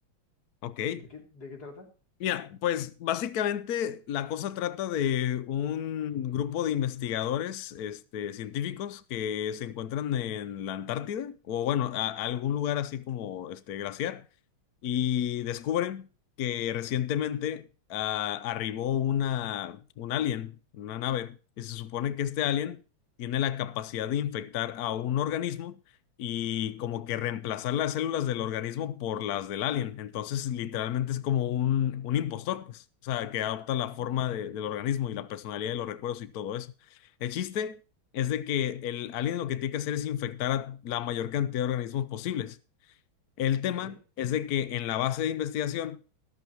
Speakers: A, on the left; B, on the left.
A: Ok.
B: ¿De qué, de qué trata?
A: Mira, pues básicamente la cosa trata de un grupo de investigadores, este, científicos que se encuentran en la Antártida o bueno, a, a algún lugar así como este glaciar y descubren que recientemente ah, arribó una, un alien, una nave, y se supone que este alien tiene la capacidad de infectar a un organismo y como que reemplazar las células del organismo por las del alien. Entonces, literalmente es como un, un impostor, pues, o sea, que adopta la
B: Ujú.
A: forma de- del organismo y la personalidad de los recuerdos y todo eso. El chiste es de que el alien lo que tiene que hacer es infectar a la mayor cantidad de organismos posibles. El
B: Ok.
A: tema es de que en la base de investigación